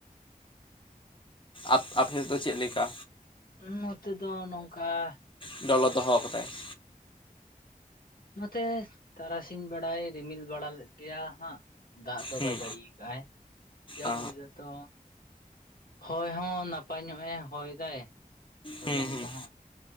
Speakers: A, on the left; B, on the left.
A: ᱟᱯ, ᱟᱯᱮᱫ ᱫᱚ ᱪᱮᱫ ᱞᱮᱠᱟ?
B: ᱦᱚᱸ, ᱱᱚᱛᱮ ᱫᱚ ᱱᱚᱝᱠᱟ ᱾
A: ᱫᱚᱣᱞᱚᱛ ᱫᱚᱦᱚ ᱟᱠᱟᱫᱟᱭ ᱾
B: ᱱᱚᱛᱮ ᱛᱟᱨᱟᱥᱤᱧ ᱵᱮᱲᱟᱭ ᱨᱤᱢᱤᱞ ᱵᱟᱲᱟ ᱞᱮᱫ ᱜᱮᱭᱟ ᱦᱟᱸᱜ ᱾ ᱫᱟᱜ ᱫᱚ
A: ᱦᱩᱸ
B: ᱵᱟᱭ ᱡᱟᱹᱲᱤᱭᱟ ᱠᱟᱜ ᱟᱭ, ᱡᱟᱣ
A: ᱚ
B: ᱜᱮ ᱡᱟᱹ ᱛᱚ ᱦᱚᱭ ᱦᱚᱸ ᱱᱟᱯᱟᱭ ᱧᱚᱜ ᱮ ᱦᱚᱭ ᱫᱟᱭ ᱾ ᱦᱚᱭᱞᱚᱝ
A: ᱦᱩᱸ ᱦᱩᱸ
B: ᱠᱚᱦᱚᱸ,